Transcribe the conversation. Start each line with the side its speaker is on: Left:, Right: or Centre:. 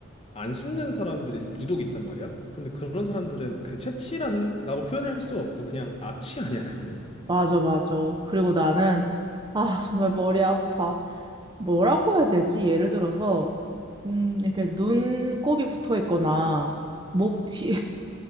Left: 안 씻는 사람들이 유독 있단 말이야. 근데 그런 사람들은 그 체취라는, 라고 표현할 수가 없고, 그냥 악취 아니야, 그거는?
Right: 맞아, 맞아. 그리고 나는, 아, 정말 머리 아파. 뭐라고 해야 되지? 예를 들어서, 음, 이렇게 눈곱이 붙어 있거나, 목 뒤,